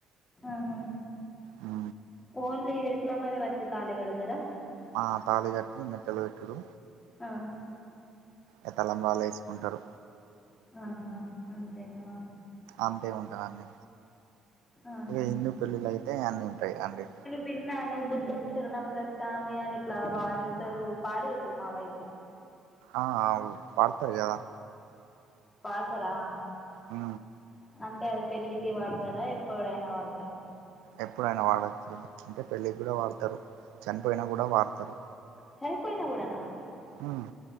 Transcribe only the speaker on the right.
ఆ
ఆ తాళి కట్టి మెట్టలు పెట్టుడు
ఇగ తలంబ్రాలు ఎసుకుంటారు
అంతే ఉంటాదండి
ఇగ హిందూ పెళ్ళిలు అయితే అన్నీ ఉంటాయి అండి
ఆ అవు పడతారు కదా
ఆ
ఎప్పుడైనా వాడచ్చ అది అంటే పెళ్ళికి కూడా వాడతారు చనిపోయిన కూడా వాడతారు
ఉమ్,